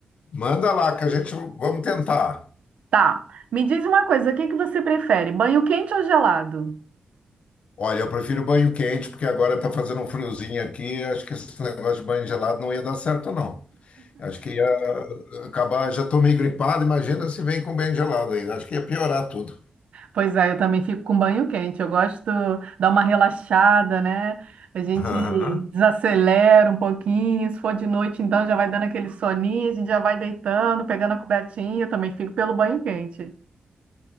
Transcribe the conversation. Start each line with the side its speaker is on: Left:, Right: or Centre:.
Left: Manda lá que a gente vamos tentar.
Right: Tá. Me diz uma coisa, o que que você prefere, banho quente ou gelado?
Left: Olha, eu prefiro banho quente porque agora tá fazendo um friozinho aqui. Acho que esse negócio de banho gelado não ia dar certo, não. Acho que ia acabar. Já tô meio gripado, imagina se vem com banho gelado ainda. Acho que ia piorar tudo.
Right: Pois é, eu também fico com banho quente. Eu gosto de dar uma relaxada, né? A gente
Left: Aham.
Right: desacelera um pouquinho. Se for de noite, então já vai dando aquele soninho, a gente já vai deitando, pegando a cobertinha. Eu também fico pelo banho quente.